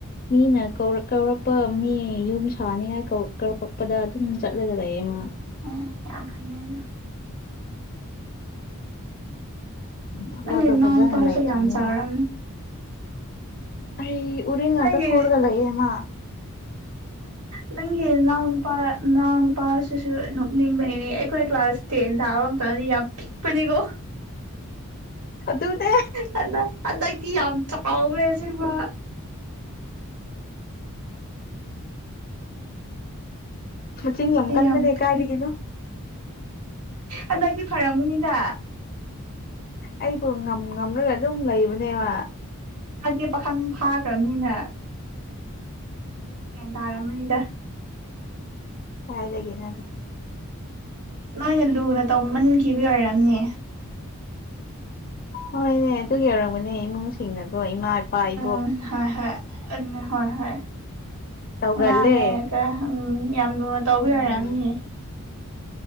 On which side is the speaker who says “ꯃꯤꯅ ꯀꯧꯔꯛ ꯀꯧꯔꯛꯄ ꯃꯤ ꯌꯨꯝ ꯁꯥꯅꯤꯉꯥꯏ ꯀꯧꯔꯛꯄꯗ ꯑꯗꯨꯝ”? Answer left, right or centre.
Left